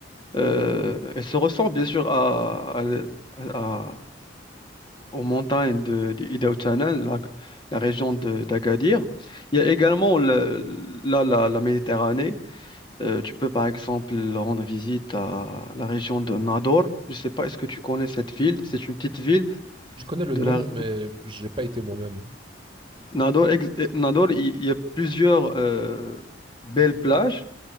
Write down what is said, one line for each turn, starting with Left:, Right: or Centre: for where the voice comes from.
Left: Euh, elle se ressemble bien sûr à, à, à- aux montagnes de, de Ida Otsana, la, la région de- d'Agadir. Il y a également le- là la, la Méditerranée. Euh, tu peux par exemple rendre visite à la région de Nador. Je ne sais pas, est-ce que tu connais cette ville? C'est une petite ville
Right: Je connais le
Left: de
Right: nom,
Left: la
Right: mais j'ai pas été moi-même.
Left: Nador. ex- eh, Nador, il il y a plusieurs euh, belles plages.